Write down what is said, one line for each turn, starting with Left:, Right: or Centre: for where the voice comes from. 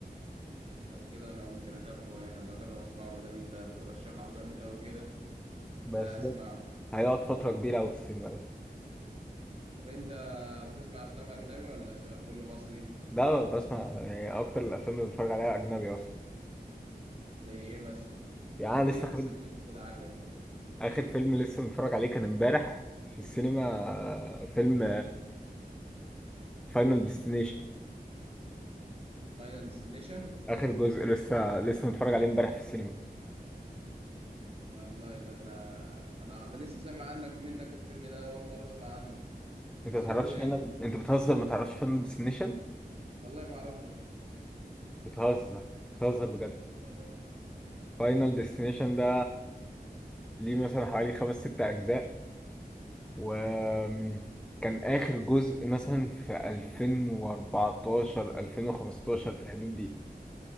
Right: لو كده أنا ممكن أتابعه يعني أنا بجرب أسمعه ما دام أنت بترشحه جامد أوي كده
Centre: بس
Right: لا أسمعه
Centre: ده هيقعد فترة كبيرة أوي في السينما ده
Right: طب أنت بتسمع أفلام أجنبي ولا شغال كله مصري؟
Centre: لا بسمع يعني أكتر الأفلام اللي بتفرج عليها أجنبي أصلا
Right: زي إيه مثلا؟
Centre: يعني أنا
Right: احكي
Centre: لسه
Right: لي قصة
Centre: خارج
Right: فيلم كده عجبك كده
Centre: آخر فيلم لسه متفرج عليه كان امبارح في السينما آه، فيلم فاينل ديستنيشن
Right: فاينل ديستنيشن
Centre: آخر جزء لسه لسه متفرج عليه امبارح في السينما
Right: والله ده أنا أنا عم لسه سامع عنك منك الفيلم ده أول مرة أسمع عنه
Centre: أنت
Right: قصته
Centre: متعرفش
Right: إيه؟
Centre: فاينل أنت بتهزر متعرفش فاينل ديستنيشن
Right: والله ما أعرفه
Centre: بتهزر بتهزر بجد
Right: تمام
Centre: فاينل ديستنيشن ده ليه مثلا حوالي خمس ست أجزاء وكان آخر جزء مثلا في 2014 2015 في الحدود دي